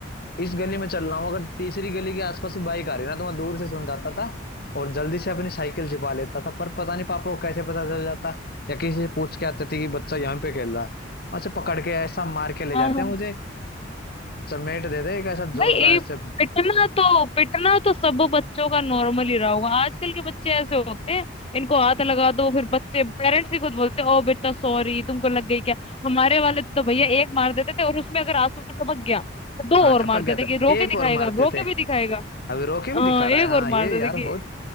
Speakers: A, on the left; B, on the left.
A: इस गली में चल रहा हूँ अगर तीसरी गली के आसपास भी बाइक आ रही ना तो मैं दूर से सुन जाता था और जल्दी से अपनी साइकिल छिपा लेता था पर पता नहीं पापा को कैसे पता चल जाता या किसी से पूछ के आते थे कि बच्चा यहाँ पे खेल रहा है और उसे पकड़ के ऐसा मार के ले
B: हाँ
A: जाते
B: हाँ
A: हैं मुझे चमेट देते एक ऐसा
B: भाई
A: जोर का
B: ये
A: ऐसे
B: पिटना तो पिटना तो सब बच्चों का नॉर्मल ही रहा होगा आजकल के बच्चे ऐसे होते हैं इनको हाथ लगा दो फिर बच्चे पेरेंट्स ही खुद बोलते हैं ओ बेटा सॉरी तुमको लग गई क्या हमारे वाले तो भैया एक मार देते थे और उसमें अगर आंसू टपक गया तो दो
A: हाँ
B: और
A: टपक
B: मार
A: गया
B: देते
A: था
B: कि रो
A: एक
B: के दिखाएगा
A: और मारते
B: रो के
A: थे
B: भी दिखाएगा
A: अभी रोके भी
B: हाँ
A: दिखा रहा
B: एक
A: है हाँ
B: और
A: ये
B: मार देते
A: यार बहुत
B: कि